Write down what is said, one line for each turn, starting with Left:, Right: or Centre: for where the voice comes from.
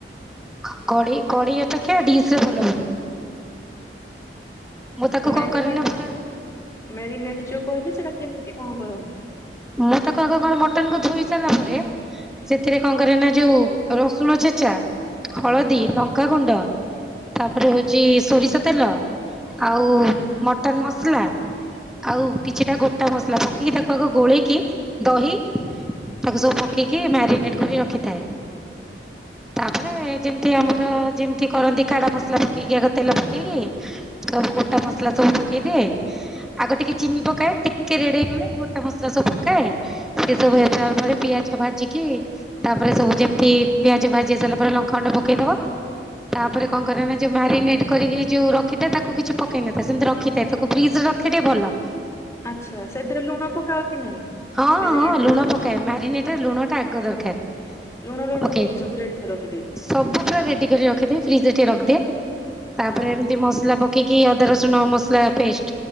Centre: କ କଡେଇ ଅପେକ୍ଷା ଡିସରେ ଭଲ ହୁଏ। ମୁଁ ତାକୁ
Left: ମ୍ୟାରିନେଟ
Centre: କଣ କରେନା ବହୁତ୍
Left: ମ୍ୟାରିନେଟ ଯୋଉ କହିଲେ ସେଟା କେମିତି କଣ କରନ୍ତି?
Centre: ମୁଁ ତାକୁ ଆଗ କଣ ମଟନକୁ ଧୋଇ ସାରିଲା ପରେ ସେଥିରେ କଣ କରେ ନା ଯୋଉ ରସୁଣ ଛେଚା ହଳଦୀ ଲଙ୍କାଗୁଣ୍ଡ। ତାପରେ ହଉଛି ସୋରିଷ ତେଲ ଆଉ ମଟନ ମସଲା। ଆଉ କିଛିଟା ଗୋଟା ମସଲା ପକେଇକି ତାକୁ ଆଗ ଗୋଳେଇକି ଦହି ତାକୁ ସବୁ ପକେଇକି ମ୍ୟାରିନେଟ୍ କରି ରଖିଥାଏ। ତାପରେ ଯେମିତି ଆମ ଯେମିତି କରନ୍ତି କାଡା ମସଲା ପକେଇକି ଆଗ ତେଲ ପକେଇକି ସବୁ ଗୋଟା ମସଲା ସବୁ ପକେଇଦିଏ। ଆଗ ଟିକେ ଚିନି ପକାଏ ଟିକେ ରେଡ ହେଇଗଲେ ଗୋଟେ ମସଲା ସବୁ ପ କାଇଁ ଏ ସେ ସବୁ ହେଲାପରେ ପିଆଜ ଭାଜିିକି ତାପରେ ସବୁ ଯେମିତି ପିଆଜ ଭାଜି ସାରିଲା ପରେ ଲଙ୍କାଗୁଣ୍ଡ ପକେଇଦବ। ତାପରେ କଣ କରେ ନା ଯୋଉ ମ୍ୟାରିନେଟ୍ କରିକି ଯୋଉ ରଖିଥାଏ, ତାକୁ କିଛି ପକେଇନଥାଏ ସେମିତି ରଖିଥାଏ ତାକୁ ଫ୍ରିଜରେ ର ଖିଲେ ଟିକେ ଭଲ।
Left: ଆଚ୍ଛା ସେଥିରେ ଲୁଣ ପକାଅ କି ନାହିଁ?
Centre: ହଁ-ହଁ
Left: ମ୍ୟାରିନେଟ
Centre: ଲୁଣ
Left: ଯୋଉ କରିବ
Centre: ପକାଏ ମ୍ୟାରିନେଟର ଲୁଣ ଟା ଆଗ ଦରକାର।
Left: ଲୁଣ-ଲୁଣ
Centre: ପକେଇ
Left: ପକେଇକି ସବୁ ରେଡି କରି ରଖି ଦେଇ
Centre: ସବୁ ପୁରା ରେଡି କରି ରଖିଦିଏ ଫ୍ରିଜରେ ରଖିଦିଏ। ତାପରେ ଏମିତି ମସଲା ପକେଇକି ଅଦା ରସୁଣ ମସଲା ପେଷ୍ଟ